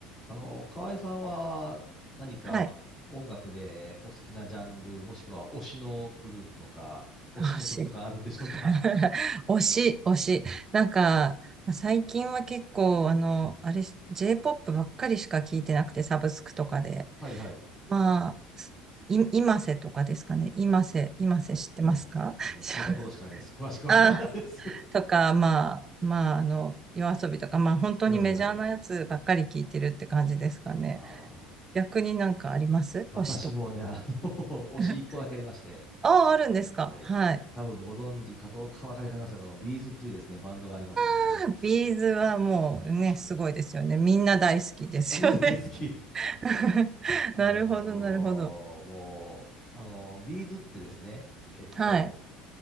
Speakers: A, on the left (about 15°); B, on the right (about 20°).
A: あの、河合さんは何か音楽でお好きなジャンル、
B: はい。
A: もしくは推しのグループとか、
B: <laughs>
A: 推しの曲とかあるんでしょうか
B: 推し。<laughs> 推し、推し。なんか、最近は結構、あの、あれ、J-POP ばっかりしか聞いてなくて、サブスクとかで。
A: <laughs> はいはい。
B: まあ、い、今瀬とかですかね。今瀬、今瀬知ってますか
A: はい。すいません。
B: <laughs>
A: 聞いたことしかないです。詳しくわからないです。
B: あ、とか、まあ、まあ、あの、夜遊びとか、まあ、
A: <laughs>
B: 本当にメジャーなやつばっかり聞いてるって感じですかね。
A: 夜遊び、はい。ああ、
B: 逆になんかあります推しとか。
A: 私もね、あの <laughs> 推し一個だけありまして、
B: <laughs> ああ、あるんですかはい。
A: はい。多分ご存知かどうかわかりかねますけど、あの、ビーズっていうですね、バンドがありましてですね。
B: <laughs>
A: <laughs>
B: ビーズはもうね、すごいですよね。みんな大好きですよね。
A: あみんな大好き。
B: <laughs>
A: あのーもう、
B: なるほど、なるほど。
A: あのービーズってですね、えっと、
B: はい。